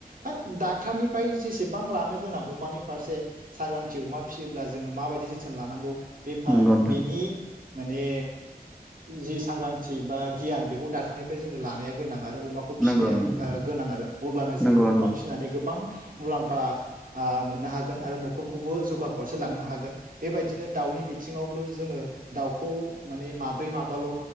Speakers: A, on the right; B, in the centre.
A: बाट डाक्टारनिफ्राय जेसेबां लानो गोनां अमानि फारसे सांग्रांथि अमा फिसियोब्ला जोङो माबायदि जोथोन लानांगौ बेफा
B: नंगौ नोंथां
A: बेनि माने जि सांग्रांथि बा गियान बेखौ दाकटारनिफ्राय जोङो लानाया गोनां आरो अमाखौ फिसिनाया
B: नंगौ
A: ओ
B: नंगौ
A: गोनां आरो अब्लानो जोङो
B: नंगौ
A: अमा फिसिनानै गोबां मुलाम्फा ओ मोननो हागोन आरो न'खरखौबो जौगाफारसे लांनो हागोन बेबायदिनो दाउनि बिथिङावबो जोङो दाउखौ माने माब माब्रै माबाल'